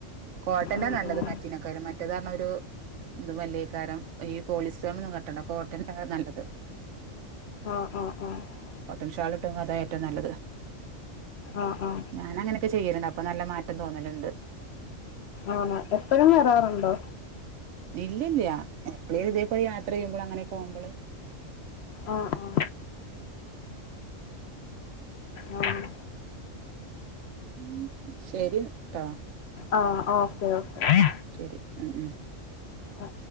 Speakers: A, on the right (about 70°); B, on the left (about 65°).
A: കോട്ടന്റെ
B: ഉം
A: നല്ലത്
B: ഉം
A: മറ്റിനെക്കാളും മറ്റേതാണ് എന്ത് മല്ലീക്കാരം ഈ പോളിസ്റ്റോൺ ഒന്നും കട്ടണ്ട കോട്ടൻ നല്ലത്
B: ആഹ് ആഹ് ആഹ്
A: കോട്ടൺ ഷാലിട്ടും അതായ ഏറ്റവും നല്ലത്
B: ആഹ ആഹ
A: ഞാന അങ്ങനെയൊക്കെ ചെയ്യലുണ്ട് അപ്പൊ നല്ല മാറ്റം തോന്നലുണ്ട്.
B: ആണ എപ്പോഴും വരാറുണ്ടോ
A: ഇല്ലല്ല എപ്പളും ഇതേ പോയി യാത്ര ചെയ്യുമ്പോൾ അങ്ങനെക്കെ പോവുമ്പോള്
B: ആഹ് ആഹ്
A: ഉ ശരിട്ട
B: ആ ഓക്കെ ഓക്കെ
A: ശരി ഉം ഉം
B: ആ